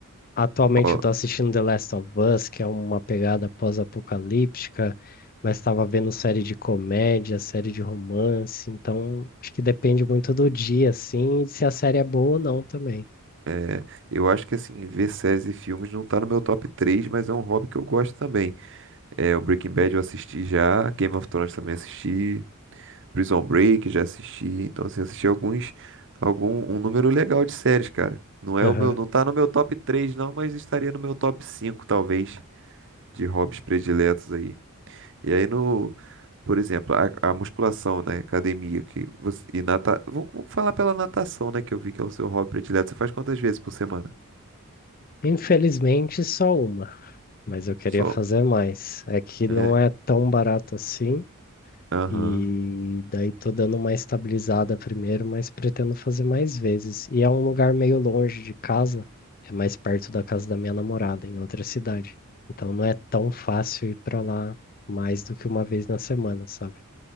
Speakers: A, on the left; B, on the right.
A: Atualmente
B: Ó,
A: eu tô assistindo The Last of Us, que é uma pegada pós-apocalíptica, mas estava vendo série de comédia, série de romance, então acho que depende muito do dia, assim, e se a série é boa ou não também.
B: é, é, eu acho que assim, ver séries e filmes não tá no meu top 3, mas é um hobby que eu gosto também. É, o Breaking Bad eu assisti já, Game of Thrones também assisti, Prison Break, já assisti. Então, assim, assisti alguns, algum, um número legal de séries, cara. Não é
A: Aham.
B: o meu, não tá no meu top 3 não, mas estaria no meu top 5 talvez, de hobbies prediletos aí. E aí no, por exemplo, a, a musculação, né, academia, que você, e nata, vou, vou falar pela natação, né, que eu vi que é o seu hobby predileto. Você faz quantas vezes por semana?
A: Infelizmente, só uma, mas eu queria
B: Só.
A: fazer mais. É que não
B: É.
A: é tão barato assim,
B: Aham.
A: E daí tô dando uma estabilizada primeiro, mas pretendo fazer mais vezes. E é um lugar meio longe de casa, é mais perto da casa da minha namorada, em outra cidade. Então não é tão fácil ir pra lá mais do que uma vez na semana, sabe?